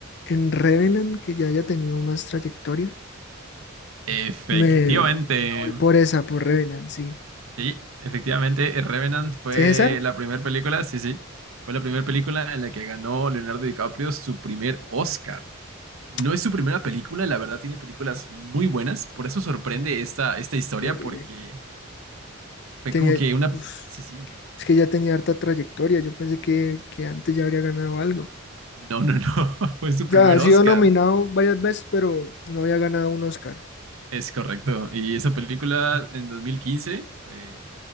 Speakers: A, on the left (about 55°); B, on the right (about 85°).
A: en Revenant, que ya haya tenido más trayectoria,
B: Efectivamente.
A: me, me voy por esa, por Revenant, sí.
B: Sí, efectivamente, Revenant fue
A: ¿Sí es esa?
B: la primera película, sí, sí. Fue la primera película en la que ganó Leonardo DiCaprio su primer Oscar. No
A: Ok,
B: es su primera película, la verdad tiene películas muy buenas, por eso sorprende esta, esta historia,
A: Increíble.
B: porque fue
A: Tenía,
B: como que una...
A: uf,
B: Sí, sí,
A: es que ya tenía harta trayectoria, yo pensé que, que antes ya habría ganado algo.
B: no, no, no, <laughs> fue su
A: O
B: primer
A: sea, ha sido
B: Oscar,
A: nominado varias veces, pero no había ganado un Oscar.
B: es correcto, y esa película en 2015 fue